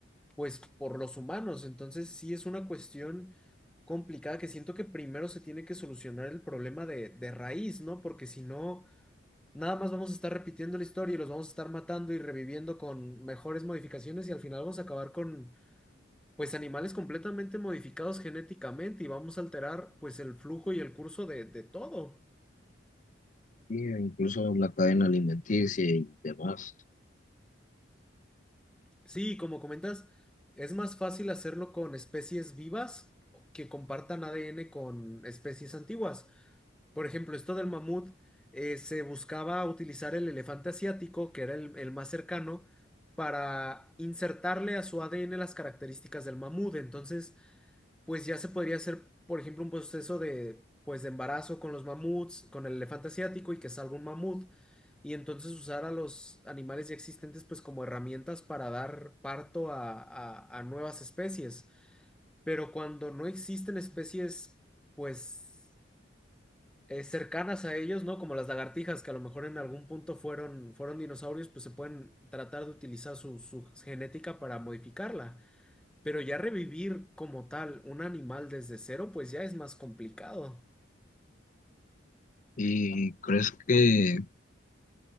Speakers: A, in the centre; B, on the left.
A: pues por los humanos. Entonces sí es una cuestión complicada que siento que primero se tiene que solucionar el problema de, de raíz, ¿no? Porque si no, nada más vamos a estar repitiendo la historia y los vamos a estar matando y reviviendo con mejores modificaciones y al final vamos a acabar con, pues, animales completamente modificados genéticamente y vamos a alterar, pues, el flujo y el curso de, de todo.
B: Y incluso la cadena alimenticia y demás.
A: Sí, como comentas, es más fácil hacerlo con especies vivas que compartan ADN con especies antiguas. Por ejemplo, esto del mamut, eh, se buscaba utilizar el elefante asiático, que era el, el más cercano, para insertarle a su ADN las características del mamut. Entonces, pues ya se podría hacer, por ejemplo, un proceso de, pues, de embarazo con los mamuts, con el elefante asiático y que salga un mamut. Y entonces usar a los animales ya existentes, pues, como herramientas para dar parto a, a a nuevas especies. Pero cuando no existen especies, pues eh, cercanas a ellos, ¿no? Como las lagartijas, que a lo mejor en algún punto fueron, fueron dinosaurios, pues se pueden tratar de utilizar su, su genética para modificarla. Pero ya revivir como tal un animal desde cero, pues ya es más complicado.
B: ¿Y crees que,